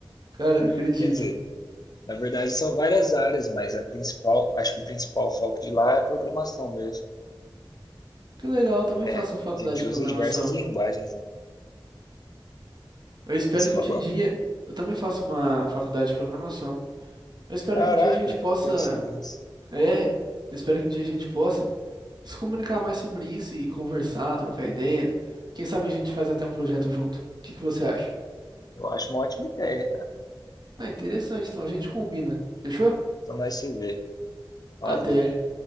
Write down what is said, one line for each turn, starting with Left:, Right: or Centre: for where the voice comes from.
Right: Cara, eu acredito.
Left: Quer dizer, na verdade são várias áreas, mas a principal, acho que o principal foco de lá é programação mesmo.
Right: Que legal, eu também
Left: É,
Right: faço
Left: a
Right: uma faculdade
Left: gente
Right: de
Left: usa
Right: programação.
Left: diversas linguagens lá.
Right: Eu espero
Left: Isso
Right: que
Left: falou?
Right: um dia. Eu também faço uma faculdade de programação. Eu espero
Left: Caraca,
Right: que um dia a gente possa.
Left: que coincidência.
Right: É, eu espero que um dia a gente possa se comunicar mais sobre isso e conversar, trocar ideias. Quem sabe a gente faz até um projeto junto. O que que você acha?
Left: Eu acho uma ótima ideia, cara.
Right: Ah, interessante. Então a gente combina. Fechou?
Left: Só nós se ver. Falou.
Right: Até.